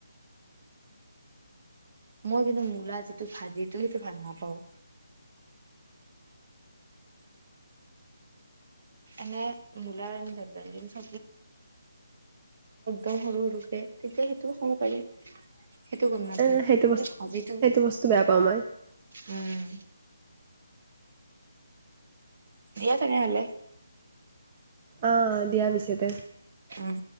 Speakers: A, on the right; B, on the right.
A: মই কিন্তু, মূলা যিটো ভাজিতো সেইটো ভাল নাপাওঁ! এনে, মূলাৰ এনকে <unintelligible> অলপ <unintelligible> সৰু, সৰুকে। তেতিয়া, সেইটো খাব পাৰি। সেইটো গম নাপায়।
B: এ সেইটো
A: মানে,
B: বস্তু
A: আজিটো,
B: সেইটো বস্তু বেয়া পাওঁ মই
A: উম! দিয়া তেনেহ'লে।
B: অ'! দিয়া পিছতে।
A: উম!